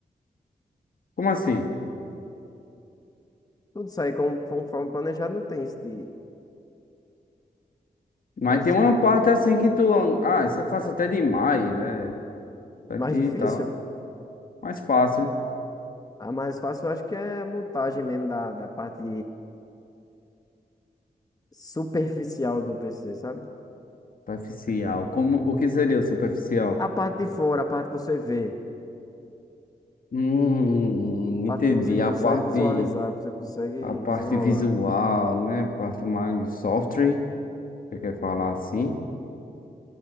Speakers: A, on the left; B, on the left.
A: Como assim?
B: Tudo sair como- conforme planejado, não tem isso de,
A: Mas
B: que às
A: tem
B: vezes,
A: uma parte assim que tu. Ah, isso é fácil até demais, é. Isso aqui
B: mais difícil.
A: e tal. Mais fácil.
B: A mais fácil eu acho que é a montagem mesmo da, da parte superficial do PC, sabe?
A: Superficial. Como, o que seria o superficial?
B: A parte de fora, a parte que você vê,
A: Hum,
B: a parte
A: entendi.
B: que você consegue
A: A parte.
B: visualizar, que você consegue
A: A parte
B: desenrolar.
A: visual, né? Parte mais software, você quer falar assim?